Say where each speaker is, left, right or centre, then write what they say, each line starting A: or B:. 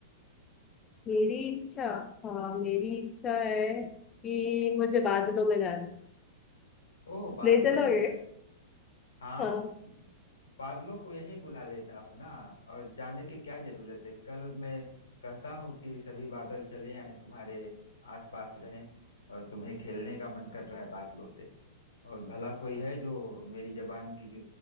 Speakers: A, on the left; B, on the left.
A: मेरी इच्छा हाँ मेरी इच्छा है कि मुझे बादलों में जाना है
B: ओ बादलों
A: ले चलोगे
B: में जाना हाँ
A: हाँ
B: बादलों को यही बुला लेता हूँ ना और जाने की क्या जरूरत है कल मैं कहता हूँ कि सभी बादल चले आए तुम्हारे आसपास रहें और तुम्हें खेलने का मन कर रहा है बादलों से और भला कोई है जो मेरी जबान की